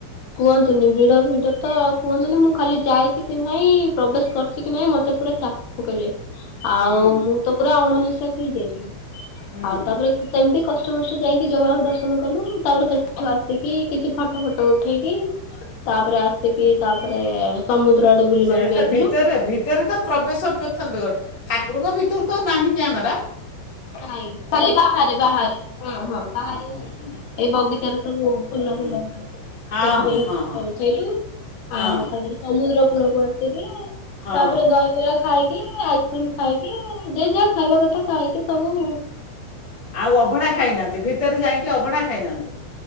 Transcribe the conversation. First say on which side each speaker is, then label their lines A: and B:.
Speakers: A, on the left; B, on the left.
A: କୁହଁନ୍ତୁନି ଭିଡ଼ ଭିଡ଼ ତ କୁହନ୍ତୁନି ମୁଁ କାଲି ଯାଇଚି। କି ନାହିଁ ପ୍ରବେଶ କରିଛି କି ନାହିଁ ମତେ ପୁରା ଚାପ ପକେଇଲ। ଆଉ
B: ହୁଁ
A: ମୁଁ ତ ପୁରା ଅଣନି ଷାକ ହେଇ ଯାଇଥିଲେ
B: ହୁଁ
A: ଆଉ
B: ହୁଁ
A: ତାପରେ କି ସେମିତି କଷ୍ଟ କଷ୍ଟ ଯାଇକି ଜଗକୁ ଦର୍ଶନ କଲୁ ତାପରେ ସେଠୁ ଆସିକି କିଛି ଫଟୋ ଫଟ ଉଠେଇକି ତାପରେ ଆସିକି ତାପରେ ସମୁଦ୍ର ଆଡେ ବୁଲିବାକୁ
B: ସେ ତ
A: ଯାଇଥିଲୁ।
B: ଭିତରେ ଭିତରେ ତ ପ୍ରବେଶ କରିନ୍ତ ଗୋଟେ ଠାକୁରଙ୍କ ଭିତରୁ ତ ନାହିଁ କି ଆମେରା
A: ନାଇଁ ଖାଲି ବାହାରେ ବାହାରେ ହଁ ହଁ ବାହାରେ
B: ହଁ ହଁ ହୁଁ,
A: ଏଇ ବଗିଚାରେ ସବୁ ଫୁଲ
B: ହୁଁ।
A: ଫୁଲ
B: ହଁ
A: ସେଠି ଯାଇକି
B: ହଁ
A: ଫଟ
B: ହଁ
A: ଉଠେଇଲୁ, ଆଉ
B: ହଁ
A: ତାପରେ ସମୁଦ୍ର କୂଳକୁ ଆସିକି
B: ହଁ ହଁ
A: ତାପରେ ଦହିବରା। ଖାଇକି ଆଇସ୍କ୍ରିମ୍ ଖାଇକି ଯ ଯାହା ଖାଇବା କଥା ଖାଇକି ହ।
B: ଆଉ ଅଭଣା ଖାଇନାହାଁନ୍ତି ଭିତରେ ଯାଇକି ଅଭଣା ଖାଇନାହାନ୍ତି।